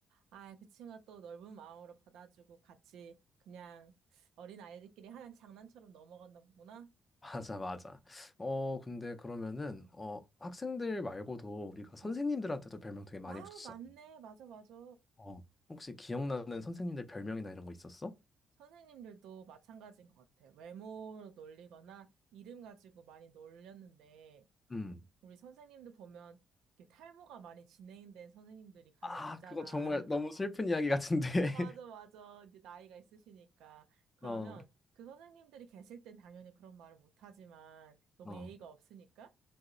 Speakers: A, on the right; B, on the left.
A: 아, 그 친구가 또 넓은 마음으로 받아주고 같이 그냥 어린 아이들끼리 하는 장난처럼 넘어간다 보구나.
B: <laughs> 맞아, 맞아. 어, 근데 그러면은 어, 학생들 말고도 우리가 선생님들한테도
A: 어.
B: 별명 되게 많이
A: 아,
B: 붙이잖아.
A: 맞네. 맞아, 맞아.
B: 어, 혹시 기억나는 선생님들 별명이나 이런 거 있었어?
A: 선생님들도 마찬가지인 것 같아. 외모로 놀리거나 이름 가지고 많이 놀렸는데,
B: 음.
A: 우리 선생님들 보면 이렇게 탈모가 많이 진행된 선생님들이 간혹
B: 아,
A: 있잖아.
B: 그거 정말 너무 슬픈 이야기 같은데. <laughs>
A: 맞아, 맞아. 이제 나이가 있으시니까. 그러면
B: 어,
A: 그 선생님들이 계실 땐 당연히 그런 말을 못하지만 너무
B: 어.
A: 예의가 없으니까